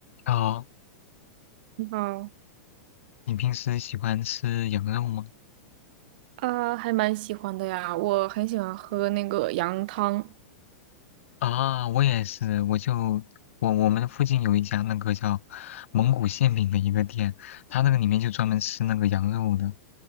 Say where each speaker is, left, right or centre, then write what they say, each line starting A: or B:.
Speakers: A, on the left (about 75°); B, on the right (about 45°).
A: 哦，
B: 你好，
A: 你平时喜欢吃羊肉吗？
B: 啊，还蛮喜欢的呀，我很喜欢喝那个羊汤
A: 啊，我也是，我就我我们附近有一家那个叫蒙古馅饼的一个店，它那个里面就专门吃那个羊肉的，